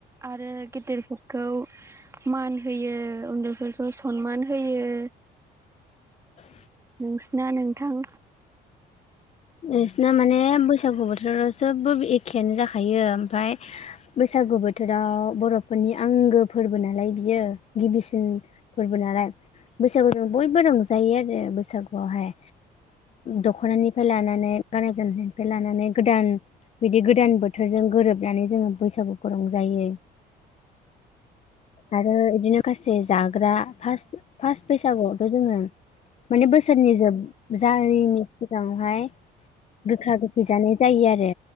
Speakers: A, on the right; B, on the left.
A: आरो गिदिरफोर खौ मान होयो उनदैफोरखौ सनमान होयो।
B: <inaudible>
A: नोंसिना नोंथां
B: बिसना माने बैसागु बोथोराव जोबबो एखेयानो जाखायो ओमफफ्राय बैसागु बोथोराव बर'फोरनि आंगो फोरबो नालाय बियो गिबिसिन फोरबो नालाय बैसागु जों बयबो रंजायो आरो बैसागुआवहाय दख'नानि फ्राय लानानै गानाय जोमनायनिफ्राय लानानै गोदान बिदि गोदान बोथोरजों गोरोबनानै जोङो बैसागुखौ रंजायो आरो बिदिनो खासे जाग्रा फास्ट फास्ट बैसागुआवथ' जोङो माने बोसोरनि जोब जायिनि सिगाङावहाय गोखा गोखै जानाय जायो आरो